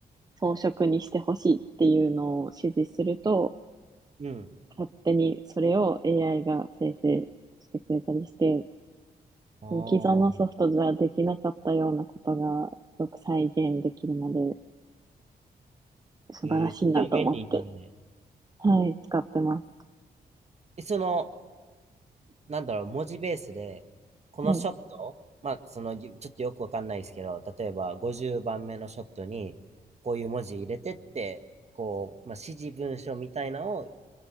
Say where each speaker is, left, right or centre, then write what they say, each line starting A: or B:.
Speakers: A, on the right (about 25°); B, on the right (about 40°).
A: 装飾にしてほしいっていうのを指示すると、
B: うん
A: 勝手にそれを AI が生成してくれたりして、
B: ああー。
A: 既存のソフトじゃできなかったようなことがすごく再現できるので、素晴らしいなと思って、
B: えーと、ても便利なんで。
A: はい、使ってます。
B: えその、なんだろう、文字ベースで、このショット、
A: はい。
B: まあ、その、ぎちょっとよくわかんないですけど、例えば50番目のショットに、こういう文字入れてって、こう、まあ、指示文書みたいなのを